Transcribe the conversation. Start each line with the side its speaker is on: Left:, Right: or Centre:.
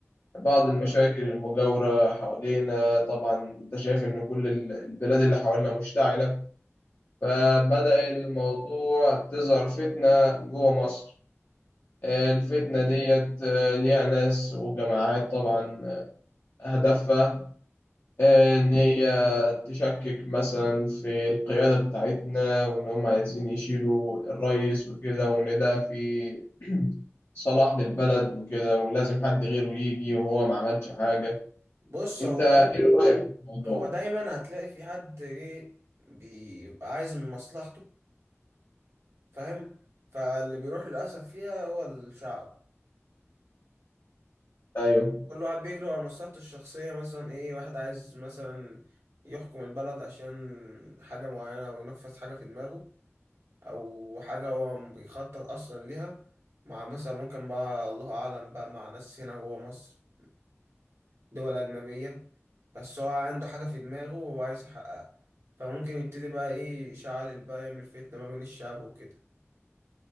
Left: بعض المشاكل المجاورة حوالينا طبعا أنت شايف إن كل ال- البلاد اللي حوالينا مشتعلة فبدأ الموضوع تظهر فتنة جوه مصر آه، الفتنة ديت آه، ليها ناس وجماعات طبعا آه، هدفها آه، إن هي تشكك مثلا في القيادة بتاعتنا وإن هم عايزين يشيلوا الرئيس وكده وإن ده في <clears throat> صلاح للبلد وكده ولازم حد غيره يجي وهو ما عملش حاجة
Right: بص
Left: أنت
Right: هو
Left: إيه رأيك في الموضوع؟
Right: هو دايما هتلاقي في حد ايه بيبقى عايز من مصلحته فاهم فاللي بيروح للأسف فيها هو الشعب
Left: أيوه
Right: كل واحد بيجري ورا مصلحته الشخصية مثلا ايه واحد عايز مثلا يحكم البلد عشان حاجة معينة أو ينفذ حاجة في دماغه او حاجه هو بيخطط اصلا ليها مع مثلا ممكن بقى الله اعلم بقى مع ناس هنا جوه مصر دول اجنبيه بس هو عنده حاجه في دماغه وهو عايز يحققها فممكن يبتدي بقى ايه يشعل بقى يعمل فتنه ما بين الشعب وكده